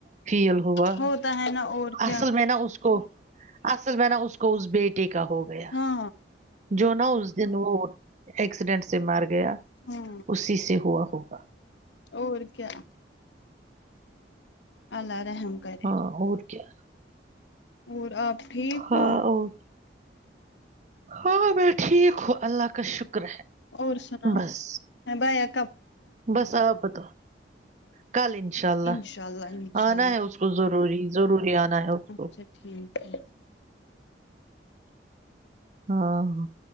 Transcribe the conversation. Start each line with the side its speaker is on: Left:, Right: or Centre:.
Right: فیل ہوا
Left: ہوتا ہے نا اور کیا
Right: اصل میں نا اس کو اصل میں نا اس کو اس بیٹے کے کا ہو گیا
Left: ہاں
Right: جو نا اس دن وہ ایکسیڈنٹ سے مار گیا
Left: ہاں
Right: اسی سے ہوا ہوگا
Left: اور کیا اللہ رحم کرے
Right: ہاں اور کیا
Left: اور آپ ٹھیک
Right: ہاں
Left: ہو
Right: اور ہاں میں ٹھیک ہوں اللہ کا شکر ہے
Left: اور سنا
Right: بس
Left: میں بایا
Right: بس آپ تو کل انشاء اللہ
Left: انشاء انشاء
Right: آنا
Left: اللہ
Right: ہے اس کو ضروری ضروری آنا ہے اس
Left: اچھا
Right: کو
Left: ٹھیک ہے
Right: ہاں